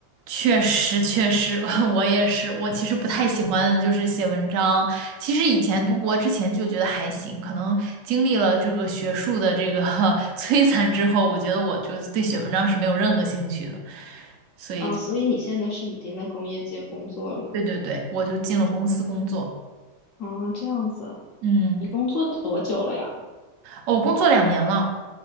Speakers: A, on the right (about 65°); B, on the left (about 65°).
A: 确实，确实，<laughs> 我也是。我其实不太喜欢就是写文章。其实以前读博之前就觉得还行，可能经历了这个学术的这个 <laughs> 摧残之后，我觉得我就对写文章是没有任何兴趣的。所以就
B: 啊，所以你现在是已经在工业界工作了吗？
A: 对对对，我就进了公司工作。
B: 啊，这样子。
A: 嗯，
B: 你工作多久了呀？
A: 我工作两年了，